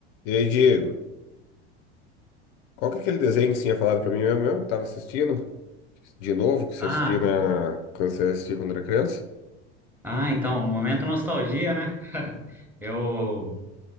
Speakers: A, on the left; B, in the centre.
A: E aí, Diego, qual que é aquele desenho que você tinha falado pra mim mesmo, mesmo que tava assistindo? De novo, que você
B: Ah,
A: assistia na... quando você assistia quando era criança?
B: ah, então, momento nostalgia, né? Eu,